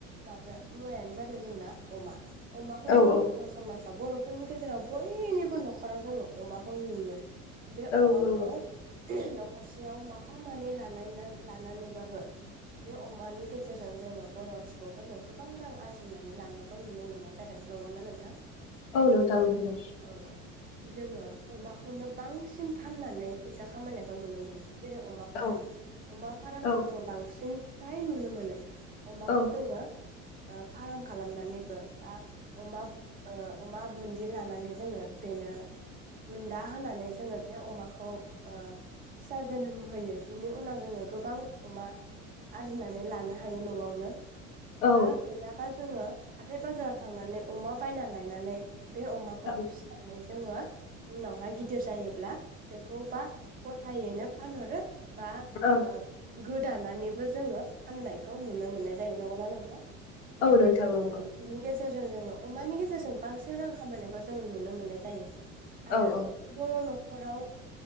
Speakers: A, on the right; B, on the left.
A: माबा मुवायानो जानो जोंना अमा। अमाखौ
B: औ
A: जोङो
B: औ
A: बर' समाज दा बर'फोरनि गेजेराव बयनिबो न'खराव जोङो अमाखौ नुयो। बे
B: औ
A: अमाखौ
B: नंगौ
A: न'खरसेयाव माफा मानै लानायना लानानैबाबो बे अमानि गेजेरजों जोङो बर' सुबुंफोरखौ गोबां रां आरजि जिनानै लानायखौ नुनो मोननाय जादों नंगौना नोंथां?
B: औ नोंथां नोंगौ।
A: औ जोङो अमाखौनो बांसिन फाननानै फैसा खामायनायखौ नुनो मोनो। जेरै अमा फाराम
B: औ औ
A: अमा फारामखौ
B: औ
A: जोङो बांसिन फ्राय नुनो मोनो अमाखौ
B: औ
A: जोङो आफ फार्म खालामनानैबो बा अमा ओ अमा बुन्दि लानानै जोङो बेनो बुन्दा होनानै जोङो बे अमाखौ ओ फिसा जोनोम होहोयो बिनि उनाव जोङो गोबां अमा आरजिनानै लानो हायो न'आवनो।
B: औ
A: बा गैयाबा जोङो हाथाय बाजाराव थांनानै अमा बायना लायनानै बे अमाखौ
B: औ
A: फिसिनानै जोङो उनावहाय गिदिर जायोब्ला बेखौबा गथायैनो फानहरो बा
B: औ
A: ओ गोदानानैबो जोङो फाननाय खौ नुनो मोननाय जायो नंगौना नोंथां?
B: औ नोंथां नंगौ।
A: बिनि गेजेरजों जोङो अमानि गेजेरजों बांसिन रां खामायनायखौ जों नुनो मोननाय जायो।
B: औ
A: आरो
B: औ
A: बर' न'खर नखराव